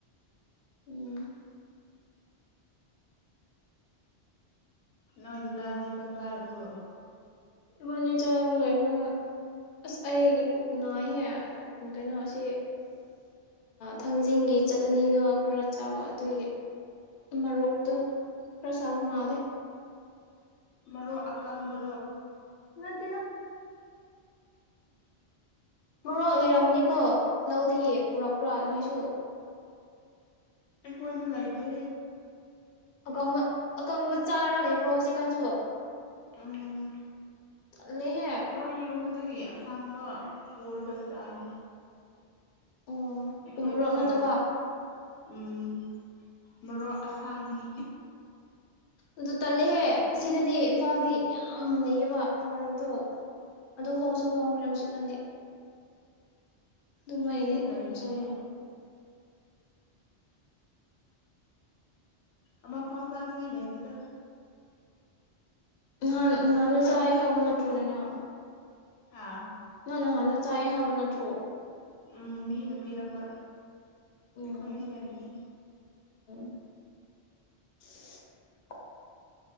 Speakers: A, on the left (about 60°); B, on the left (about 80°).
A: ꯎꯝ
B: ꯅꯣꯏꯗꯨꯗꯥꯗꯤ ꯀ ꯀꯥꯔꯔꯕꯣ
A: ꯏꯕꯥꯅꯤ ꯆꯥꯕ ꯂꯣꯏꯈ꯭ꯔꯦ ꯍꯣꯏ ꯑꯁ ꯑꯩꯒꯤ ꯄꯨꯛ ꯅꯥꯏꯍꯦ ꯀꯩꯅꯣꯁꯤ ꯊꯥꯡꯖꯤꯡꯒꯤ ꯆꯇꯅꯤꯗꯣ ꯈꯔ ꯆꯥꯕ ꯑꯗꯨꯒꯤ ꯃꯣꯔꯣꯛꯇꯣ ꯈꯔ ꯁꯥꯕ ꯃꯥꯜꯂꯦ
B: ꯃꯔꯣꯛ ꯑꯀꯥꯡꯕꯣ
A: ꯅꯥꯠꯇꯦꯗ ꯃꯔꯣꯛ ꯂꯩꯔꯝꯃꯅꯤꯀꯣ ꯂꯧꯗꯒꯤ ꯄꯨꯔꯛꯄ꯭ꯔꯥ ꯅꯣꯏꯁꯨ
B: ꯑꯦꯀꯋꯥꯗꯂ ꯑꯥꯏꯗꯤ
A: <unintelligible>
B: ꯑꯝ
A: ꯇꯜꯂꯦꯍꯦ
B: ꯅꯣꯏ ꯌꯨꯝꯗꯒꯤ ꯑꯁꯥꯡꯕ ꯄꯨꯔꯒ ꯆꯥꯏ
A: ꯑꯣ
B: ꯑꯩꯈꯣꯏꯗꯤ
A: ꯎꯃꯣꯔꯣꯛ
B: ꯂꯩꯇꯦ
A: ꯅꯠꯇꯕ
B: ꯎꯝ ꯃꯔꯣꯛ ꯑꯁꯥꯡꯕꯤ
A: ꯑꯗꯨ ꯇꯜꯂꯦꯍꯦ ꯑꯁꯤꯗꯗꯤ ꯏꯝꯐꯥꯜꯗꯤ ꯌꯥꯝ ꯂꯩꯌꯦꯕ ꯃꯔꯣꯛꯇꯣ ꯑꯗꯨ ꯍꯣꯡꯁꯨ ꯍꯣꯡꯈ꯭ꯔꯦ ꯍꯧꯖꯤꯛꯀꯥꯟꯗꯤ ꯑꯗꯨ
B: ꯑꯁꯗꯥꯗꯤ
A: ꯃꯣꯏꯒꯤꯗꯤ
B: ꯂꯩꯥꯇꯦ
A: ꯌꯥꯝ ꯁꯥꯕ
B: ꯑꯃ ꯐꯥꯎ ꯆꯥꯅꯤꯉꯥꯏ ꯂꯩꯇꯦꯗ
A: ꯅꯥꯟ ꯅꯍꯦ ꯆꯥꯏ ꯍꯕ ꯅꯠꯇ꯭ꯔꯅꯦꯅ
B: ꯍꯥ
A: ꯅꯡ ꯅꯍꯥꯟꯗ ꯆꯥꯏ ꯍꯥꯕ ꯅꯠꯇ꯭ꯔꯣ
B: ꯎꯝ ꯃꯤꯅ ꯄꯤꯔꯄ
A: ꯎꯝ
B: ꯑꯈꯣꯏꯗ ꯂꯩꯇꯦ
A: <inaudible>